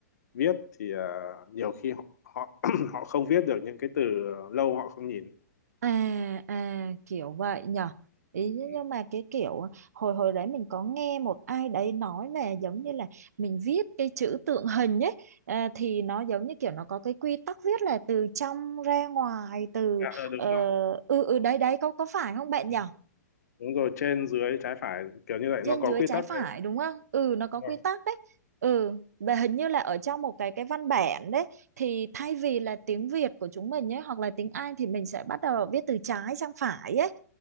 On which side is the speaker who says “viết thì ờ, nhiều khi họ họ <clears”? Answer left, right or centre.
Left